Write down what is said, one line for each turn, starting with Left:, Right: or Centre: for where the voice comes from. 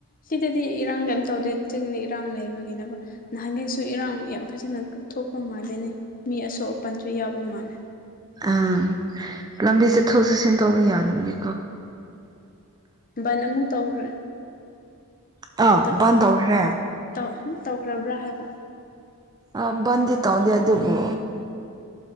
Left: ꯁꯤꯗꯗꯤ ꯏꯔꯥꯡ ꯀꯩꯝ ꯇꯧꯗꯦ ꯆꯤꯡꯗ ꯏꯔꯥꯡ ꯂꯩꯕꯒꯤꯅꯦꯕ ꯅꯍꯥꯟꯒꯩꯁꯨ ꯏꯔꯥꯡ ꯌꯥꯝ ꯐꯖꯅ ꯊꯣꯛꯄ ꯃꯥꯜꯂꯦꯅꯦ ꯃꯤ ꯑꯁꯣꯛ ꯑꯄꯟꯁꯨ ꯌꯥꯎꯕ ꯃꯥꯜꯂꯦ
Right: ꯑꯥ ꯂꯝꯕꯤ ꯆꯠꯊꯣꯛ ꯆꯠꯁꯤꯟ ꯇꯧꯕ ꯌꯥꯗꯕꯒꯤ
Left: ꯕꯥꯜ ꯑꯃꯨꯛ ꯇꯧꯈ꯭ꯔꯦ
Right: ꯇꯥꯎ
Left: ꯇꯧꯈ꯭ꯔꯣ
Right: ꯕꯟꯇꯧꯈ꯭ꯔꯦ
Left: ꯇꯧ ꯍꯝ ꯇꯧꯈ꯭ꯔꯕ꯭ꯔꯥ ꯍꯥꯏꯕ
Right: ꯑ ꯕꯟꯗꯤ ꯇꯧꯗꯦ ꯑꯗꯨꯕꯨ